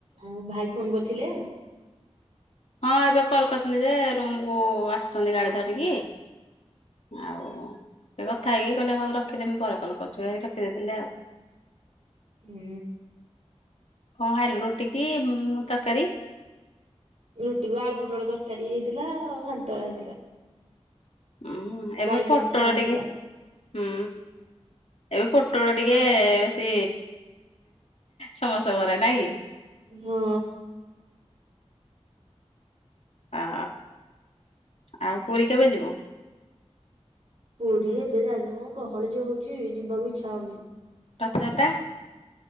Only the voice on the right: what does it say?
ଆଉ ଭାଇ ଫୋନ କରିଥିଲେ?
ହୁଁ।
ରୁଟିକୁ ଆଳୁ ପୁଟଳ ତରକାରୀ ହେଇଥିଲା ଆଉ ସନ୍ତଳା ହେଇଥିଲା।
ବାଇଗେଣୀ
ଛଣା ହେଇଥିଲା।
ହଁ।
ପୁରୀ ଏବେ ଯାଇନି ମ ଗହଳି ଯୋଉ ହଉଛି ଯିବାକୁ ଇଚ୍ଛା ହଉନି।